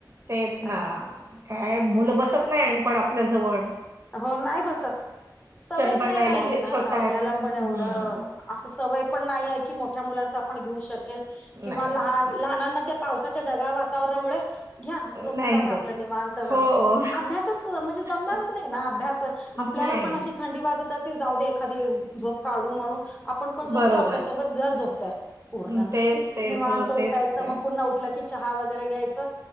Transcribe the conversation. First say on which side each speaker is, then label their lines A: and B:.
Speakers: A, on the right; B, on the left.
A: तेच ना
B: आणखी
A: काय मुलं बसत नाही आणि पण आपल्याजवळ
B: हो नाय बसत सवयच
A: पण
B: नाय
A: नाही
B: राहिली
A: लावली
B: ना
A: छोटा
B: आता आपल्याला
A: आहे हम्म
B: पण एवढं असं सवय पण नाही आहे की मोठ मोठ्या मुलांचा आपण घेऊ शकेल
A: नाही
B: किंवा लहान
A: नाही
B: लहानांना त्या पावसाच्या ढगाळ वातावरणामुळे घ्या झोपून
A: नाहीच
B: टाका
A: बसत
B: आपल निवांत
A: हो.
B: अभ्यासच म्हणजे जमणार
A: तस-
B: नाही ना अभ्यास आपल्याला
A: नाही
B: पण अशी थंडी वाजत असेली जाऊ दे एखादी झोप काढू म्हणून आपण पण झोपतो
A: बरोबर
B: आपल्यासोबत घर झोपतय पूर्ण
A: हं तेच तेच
B: निवांत
A: हो
B: उठायचं
A: तेच होतंय
B: मग पुन्हा उठलं की चहा वगैरे घ्यायचं.